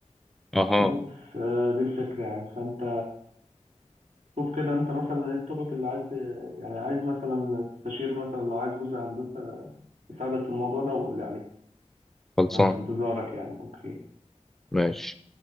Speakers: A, in the centre; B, on the right (about 75°).
A: اها
B: بس آه، دي الفكرة يعني فأنت شوف كده أنت مثلا إيه التوبيك اللي عايز ت- يعني عايز مثلا تستشير مثلا لو عايز جزء هندسة يساعدك في الموضوع ده وقول لي عليه
A: خلصان
B: أنا في انتظارك يعني أوكي
A: ماشي